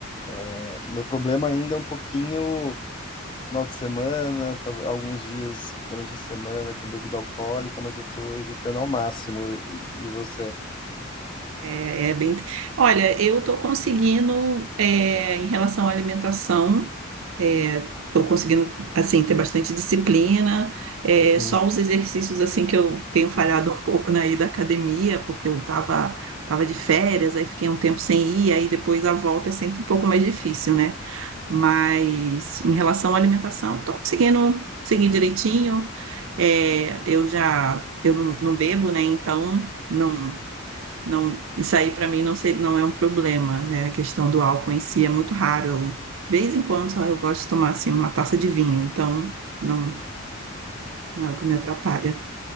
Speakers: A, on the left; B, on the right.
A: É, Meu problema ainda é um pouquinho final de semana, tal- alguns dias durante a semana com bebida alcoólica, mas eu tô evitando ao máximo. E, e você?
B: É, é bem. Olha, eu tô conseguindo, é, em relação à alimentação, é, tô conseguindo, assim, ter bastante disciplina. É,
A: Hum.
B: só os exercícios, assim, que eu tenho falhado um pouco na ida à academia, porque eu tava, tava de férias, aí fiquei um tempo sem ir, aí depois a volta é sempre um pouco mais difícil, né? Mas em relação à alimentação, estou conseguindo seguir direitinho. É, eu já eu não, não bebo, né? Então não não isso aí para mim não ser, não é um problema, né? A questão do álcool em si é muito raro. Eu, de vez em quando só eu gosto de tomar assim uma taça de vinho, então não não é o que me atrapalha.